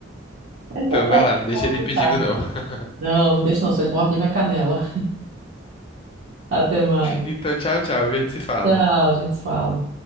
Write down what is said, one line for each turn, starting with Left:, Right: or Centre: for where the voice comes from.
Right: <laughs> Então
Left: Então
Right: tá,
Left: vai
Right: a gente
Left: lá, não deixa
Right: fala
Left: ele
Right: mais
Left: pedindo,
Right: tarde.
Left: não. <laughs>
Right: Não, não deixa não, se ele morde a minha canela. Até mais.
Left: Então, tchau, tchau. A gente se fala.
Right: Tchau, a gente se fala.